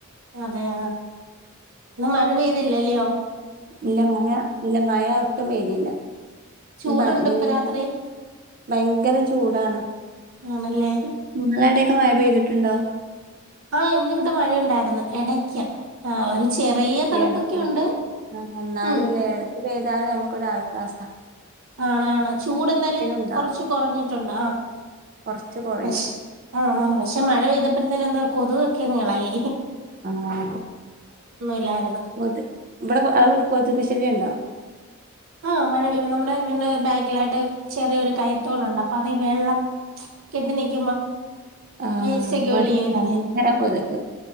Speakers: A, on the right; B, on the right.
A: അതെയാ ഇന്ന് മഴ പെയ്തി ല്ലല്ലോയോ
B: ഇല്ല മയ ഇല്ല മഴ ഒട്ടും പെയ്‌തീല്ല
A: ചൂടുണ്ട്
B: ഇന്ന് ഭയ മ്
A: ഇപ്പൊ രാത്രി
B: ഭയങ്കരം ചൂടാണ്
A: ആണല്ലേ
B: മ് ങ്ങളെവടെക്കെ മഴ പെയ്തിട്ട് ട്ട്ണ്ടോ
A: ആ ഇന്നിവിടെ മഴയുണ്ടായിരുന്നു ഇടക്ക് ആ ഒരു ചെറിയ തണുപ്പൊക്കെ
B: ഇടെക്ക്
A: ഉണ്ട്
B: ആ എന്നന്നാലുംലേ
A: ഉം
B: ഇടക്ക് പെയ്താലും നമുക്കൊരാശ്വാസ
A: ആണാണ് ചൂട് എന്തായാലും
B: ഉണ്ടാവും
A: കൊറച്ച് കൊറഞ്ഞിട്ടുണ്ട് ആ
B: കൊറച്ച് കൊറയും
A: പക്ഷ ആ ആ പക്ഷെ മഴ പെയ്തപ്പോഴത്തേനെന്തോ കൊതുക്കെങ്ങളെകി
B: ആ ആ
A: ഇല്ലായിരുന്നു
B: കൊതു ഇബടെ അവ കൊതുകു ശല്ല്യണ്ടോ
A: ആഹ മഴ പെയ്യുമ്പോ നമ്മുടെ പിന്നെ ബാക്കിലായിട്ട് ചെറിയൊരു കയ്ത്തോടുണ്ട് അപ്പൊ അത് ഈ വെള്ളം കെട്ടി നിക്കുമ്പോ
B: ആഹ
A: വേസ്റ്റ് ഒക്കെ
B: ഇവടിം
A: ഒഴുകി വരുന്നേ
B: ഭയങ്കര കൊതുക്